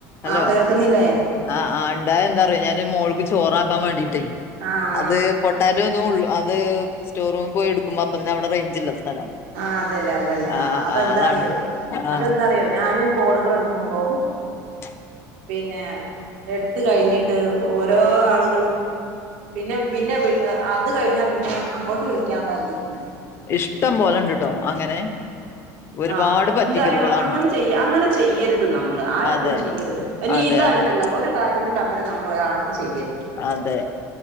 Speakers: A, on the left; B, on the right.
A: ഹലോ
B: ആഹ് കേൾക്കുന്നില്ലേ
A: ആഹ് ആ ഇണ്ടായ എന്താറിയോ ഞാൻ മോൾക്ക് ചോറാക്കാവേണ്ടീട്ടേ
B: ആഹ്
A: അത്
B: ആഹ്
A: പൊട്ടാറ്റോതും ഉള്ളൂ അത് സ്റ്റോർറൂമിൽ പോയി എടുക്കുമ്പോ അപ്പതന്നെ അവടെ റേഞ്ചിള്ള സ്ഥലം.
B: ആ അതന്നേ അതന്നേ
A: ആഹ്
B: ആ അതെന്താറിയോ
A: ആഹ് അതാണ് ആഹ്
B: അതെന്താറിയോ ഞാന് കോളുകൾ എടുക്കുമ്പോം....
A: ഉം
B: പിന്നെ എട്ത് കഴിഞ്ഞിട്ട് ഓരോ ആളുകളും.. പിന്നെ പിന്നെ വ് അ അത് കഴിഞ്ഞാ പിന്ന അങ്ങോട്ട് വിളിക്കാൻള്ളതി ഇല്ല.
A: ഇഷ്ടം പോലെണ്ട് ട്ടോ അങ്ങനെ ഒരുപാട്
B: ആഹ്
A: പറ്റിക്കലുകളാണ്
B: എന്താറിയോ അങ്ങനെ ചെയ്യ അങ്ങനെ ചെയ്യരുത് നമ്മള് ആരുടുത്തും
A: അതെ
B: ചെയ്യരുത് എനി
A: അതെ
B: ഇതായിട്ടല്ല
A: അതെ
B: ഒരു കാര്യ തിൽ അങ്ങനെ നമ്മൾ ഒരാളെട്ത്ത് ചെയ്യരുത്.
A: അതെ